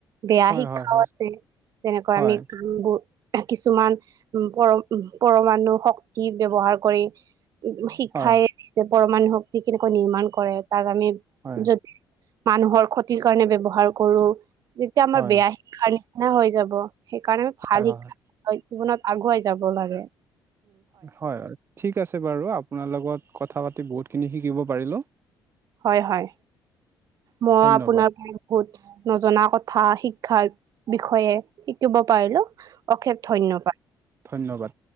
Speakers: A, on the right; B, on the right.
A: বেয়া
B: হয়
A: শিক্ষাও
B: হয়
A: আছে যেনেকৈ
B: হয়
A: আমি কামবোৰ কিছুমান পৰ পৰমণু শক্তি ব্য্ৱহাৰ কৰি শিক্ষাই
B: হয় হয়
A: দিছে পৰমণু শক্তি কেনেকৈ নিৰ্মাণ কৰে তাক আমি
B: হয়
A: যদি মানুহৰ ক্ষতিৰ কাৰণে ব্য্ৱহাৰ কৰো তেতিয়া আমাৰ
B: হয়
A: বেয়া শিক্ষাৰ নিচিনা হৈ যাব সেইকাৰণে ভাল
B: হয় হয়
A: শিক্ষা জীৱনত আগুৱাই যাব লাগে
B: হয় হয় ঠিক আছে বাৰু আপোনাৰ লগত কথা পাতি বহুত খিনি শিকিব পাৰিলো
A: হয় হয় মই
B: ধন্যবাদ
A: আপোনাৰ পৰা বহুত নজনা কথা শিক্ষাৰ বিষয়ে শিকিব পাৰিলো অশেষ ধন্যবাদ
B: ধন্যবাদ।